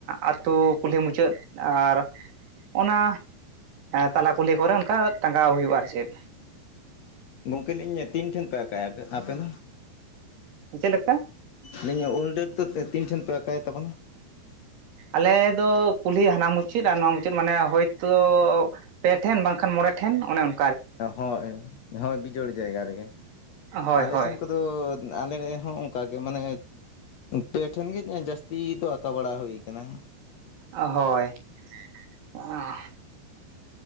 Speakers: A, on the right (about 65°); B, on the left (about 90°).
A: ᱟᱹᱛᱩ ᱠᱩᱞᱦᱤ ᱢᱩᱪᱟᱹᱫ ᱟᱨ ᱚᱱᱟ ᱛᱟᱞᱟ ᱠᱩᱞᱦᱤ ᱠᱚᱨᱮ ᱚᱱᱠᱟ ᱴᱟᱸᱜᱟᱣ ᱦᱩᱭᱩᱜ-ᱟ ᱟᱨ ᱪᱮᱫ᱾
B: ᱜᱚᱝᱠᱮ ᱞᱟᱹᱭᱮᱜ ᱤᱧ ᱛᱤᱱ ᱴᱷᱮᱱ ᱯᱮ ᱟᱠᱟᱭᱟ ᱦᱟᱯᱮᱱ?
A: ᱪᱮᱫ ᱞᱮᱠᱟ?
B: ᱢᱮᱱᱮᱜ ᱤᱧ ᱩᱞ ᱰᱟᱹᱨ ᱫᱚ ᱛᱤᱱ ᱴᱷᱮᱱ ᱯᱮ ᱟᱠᱟᱭ ᱛᱟᱵᱚᱱᱟ?
A: ᱟᱞᱮ ᱫᱚ ᱠᱩᱞᱦᱤ ᱦᱟᱱᱟ ᱢᱩᱪᱟᱹᱫ ᱟᱨ ᱱᱚᱣᱟ ᱢᱩᱪᱟᱹᱫ ᱢᱟᱱᱮ ᱦᱳᱭᱛᱚ ᱯᱮ ᱴᱷᱮᱱ ᱵᱟᱝᱠᱷᱟᱱ ᱢᱚᱬᱮ ᱴᱷᱮᱱ ᱚᱱᱮ ᱚᱱ
B: ᱦᱳᱭ, ᱦᱳᱭ ᱵᱤᱡᱳᱲ ᱡᱟᱭᱜᱟ ᱨᱮᱜᱮ
A: ᱦᱳᱭ
B: ᱟᱞᱮ
A: ᱦᱳᱭ
B: ᱥᱮᱱ ᱠᱚ ᱟᱫᱚ ᱟᱞᱮ ᱦᱚᱸ ᱚᱱᱠᱟ ᱜᱮ ᱢᱟᱱᱮ ᱯᱮ ᱴᱷᱮᱱ ᱜᱮ ᱡᱟᱹᱥᱛᱤ ᱫᱚ ᱟᱠᱟ ᱵᱟᱲᱟ ᱦᱩᱭ ᱠᱟᱱᱟ᱾
A: ᱦᱳᱭ, ᱚ᱾